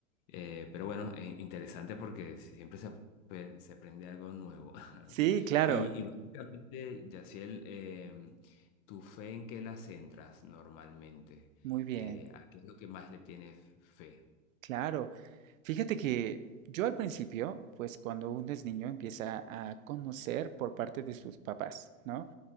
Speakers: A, on the left (about 45°); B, on the right (about 65°).
A: eh, pero bueno, eh, interesante porque siempre se, apre- se aprende algo nuevo. <laughs>
B: sí, claro,
A: Y, y básicamente, Yaciel, eh, ¿tu fe en qué la centras normalmente?
B: muy bien.
A: Eh, ¿a qué es lo que más le tienes fe?
B: Claro. Fíjate que yo al principio, pues cuando uno es niño empieza a conocer por parte de sus papás, ¿no?